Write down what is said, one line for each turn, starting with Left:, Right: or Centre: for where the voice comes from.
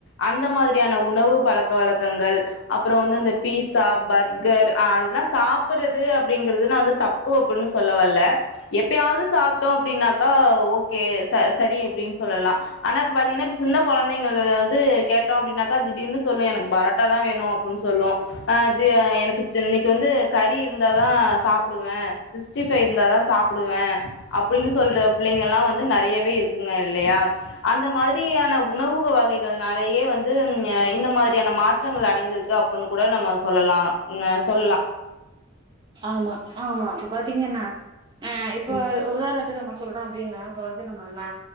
Left: அந்த மாதிரியான உணவு பழக்க வழக் க்கங்கள் அப்புறம் வந்து இந்த பீஸா பர்கர் அதெல்லா சாப்பிடுறது அப்படிங்கறது நா வந்து தப் ப்போ அப்படின்னு சொல்ல வல்ல எப்பயாவது சாப்ட்டோம் அப்படின்னாக்கா ஓகே ச சரி அப்படின்னு சொல்லலா ஆனா இப்ப பாத்தீங்கன்னா இப்ப சின்ன கொழந்தங்க வந்து கேட்ட அப்படின்னாக்கா அது திடின்னு சொல்லு எனக்கு பரோட்டா தான் வேணும் அப்படின்னு சொல்லு அ எனக்கு இன்னைக்கு வந்து கறி இருந்தாதா சாப்பிடுவே சிக்ஸ்டி ஃபைவ் இருந்தாதா சாப்பிடுவே அப்படின்னு சொல்ற பிள்ளைங்க எல்லாம் வந்து நேறையவே இருக்குங்க இல்லையா அந்த மாதிரியான உணவுக வகைகள்னாலேயே வந்து அ இந்த மாதிரியான மாற்றங்கள் அடைந்திருக்கு அப்பன் கூட நம்ம சொல்லலா அ சொல்லா
Right: ஆமா ஆமா அப்ப பாத்தீங்கன்னா அ இப்ப
Left: உம்
Right: உதாரணத்துக்கு நம்ம சொ சொல்றோ அப்டினா இப்ப வந்து நா